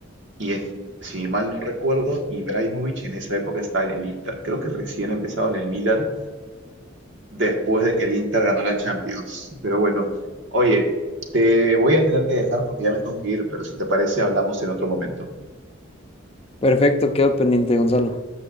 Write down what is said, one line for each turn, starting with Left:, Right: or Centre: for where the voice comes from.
Right: Y en, si mal no recuerdo, Ibrahimovic en esa época estaba en el Inter. Creo que recién ha empezado en el Milan después de que el Inter ganó la Champions. Pero bueno, oye, te voy a tener que dejar porque ya me tengo que ir, pero si te parece, hablamos en otro momento.
Left: Perfecto, quedó pendiente, Gonzalo.